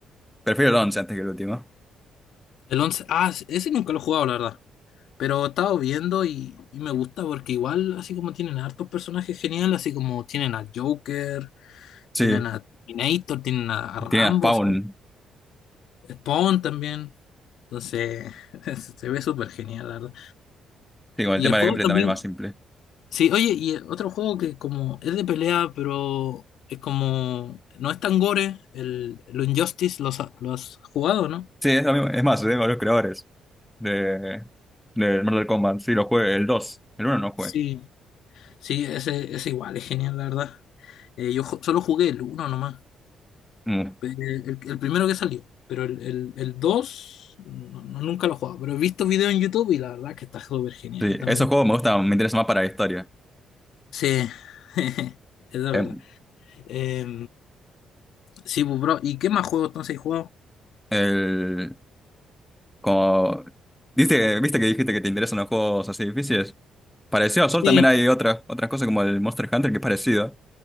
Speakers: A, in the centre; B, on the left (about 75°).
A: Prefiero el 11 antes que el último.
B: El once ah, ese nunca lo he jugado, la verdad. Pero he estado viendo y, y me gusta porque igual, así como tienen hartos personajes geniales, así como tienen al Joker,
A: Sí,
B: tienen a Terminator, tienen a, a Rambo,
A: tiene a Spawn.
B: Spawn también. Entonces, <laughs> se ve súper genial, la verdad.
A: Sí, con el
B: Y
A: tema
B: el juego
A: del gameplay
B: también,
A: también es más simple.
B: sí, oye, y otro juego que como es de pelea, pero es como, no es tan gore, el, el Injustice, ¿lo, has- lo has jugado, no?
A: Sí, es lo mismo. Es más, tengo los creadores. de, del Mortal Kombat. Sí, lo jugué, el dos El uno no jugué.
B: Sí, sí, ese, ese igual, es genial, la verdad. Eh, yo ju- solo jugué el uno nomás.
A: Mm,
B: Eh, El, el primero que salió, pero el, el, el 2 no- no- nunca lo he jugado, pero he visto videos en YouTube y la verdad que está súper genial
A: Sí,
B: también.
A: esos juegos me gustan, me interesan más para la historia.
B: Sí, <laughs> es la
A: Em,
B: verdad. Eh, sí, pues, bro, ¿y qué más juegos entonces he jugado?
A: el, como, ¿viste, viste que dijiste que te interesan los juegos así difíciles? Parecido a Sol
B: Sí,
A: también hay otras otras cosas como el Monster Hunter que es parecido.